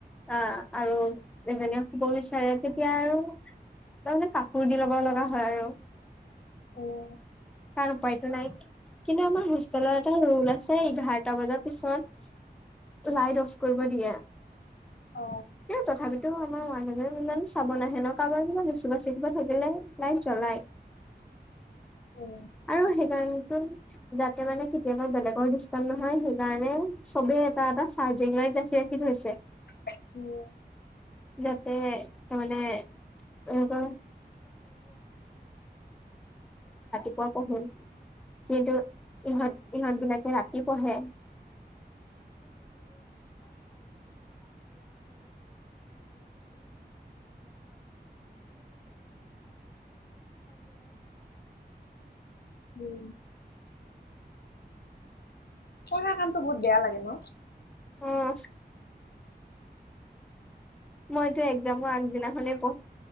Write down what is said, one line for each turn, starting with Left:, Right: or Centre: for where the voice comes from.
Centre: অ' আৰু এজনীয়ে দিব বিচাৰে তেতিয়া আৰু তাৰ মানে কাপোৰ দি ল'ব লগা হয় আৰু
Left: অহ
Centre: তাৰ উপায়তটো নাই কিন্তু আমাৰ হোষ্টেলৰ এটা ৰোল আছে এঘাৰটা বজাৰ পিছত লাইট অফ কৰিব দিয়ে-
Left: অ
Centre: এ তথাপিতো আমাৰ ম- মানে ইমান চাব নাহে ন, কাৰোবাৰ ই লিখিব চিখিব থাকিলে লাইট জ্বলাই
Left: উম
Centre: আৰু সেইকাৰণেটো যাতে মানে কেতিয়াবা বেলেগৰ ডিষ্টাৰ্ব নহয় সেই কাৰণে চবেই এটা এটা চাৰ্জিং লাইট ৰাখি ৰাখি থৈছে
Left: <inaudible>
Centre: যাতে তাৰ মানে এনেকুৱা। পুৱা পঢ়ো কিন্তু ইহঁত ইহঁত বিলাকে ৰাতি পঢ়ে
Left: উম পঢ়া কামতটো বহুত বেয়া লাগে ন।
Centre: অহচ মইতো এক্সাম আগদিনাখনে